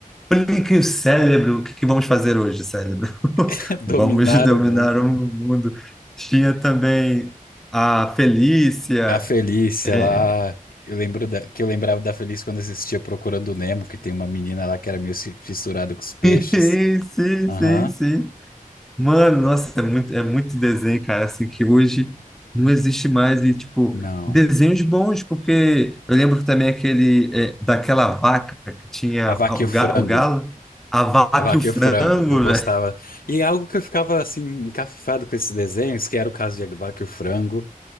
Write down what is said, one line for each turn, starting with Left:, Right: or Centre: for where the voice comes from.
Centre: Aplique o cérebro, o que que vamos fazer hoje, cérebro? <laughs>
Left: <laughs> Dominar
Centre: Vamos dominar
Left: o Mundo.
Centre: o mundo. Tinha também a Felícia,
Left: A Felícia
Centre: É,
Left: lá, eu lembro da- que eu lembrava da Felícia quando assistia Procurando o Nemo, que tem uma menina lá que era meio ci- fissurada com os peixes.
Centre: <laughs> sim,
Left: Aham,
Centre: sim, sim. Mano, nossa, é muito, é muito desenho, cara, assim, que hoje não existe mais, e, tipo,
Left: não.
Centre: desenhos bons, porque eu lembro também aquele, é, daquela vaca que tinha
Left: A Vaca
Centre: a-
Left: e
Centre: o,
Left: o Frango.
Centre: ga, o galo, a vaca
Left: A Vaca
Centre: e o frango,
Left: e o Frango, eu gostava.
Centre: velho.
Left: E algo que eu ficava assim, encafifado com esses desenhos, que era o caso de A Vaca e o Frango,